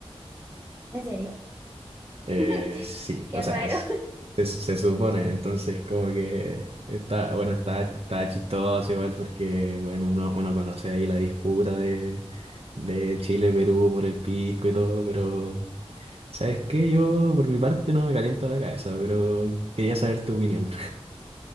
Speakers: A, on the right (about 20°); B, on the right (about 60°).
A: ¿En serio?
B: Eh,
A: <laughs>
B: sí,
A: Qué
B: o sea,
A: raro.
B: s- se, se supone, entonces como que está, bueno, está, está chistoso igual porque, bueno, uno, uno conoce ahí la disputa de, de Chile-Perú por el pisco y todo, pero, ¿sabes qué? Yo por mi parte no me caliento la cabeza, pero quería saber tu opinión.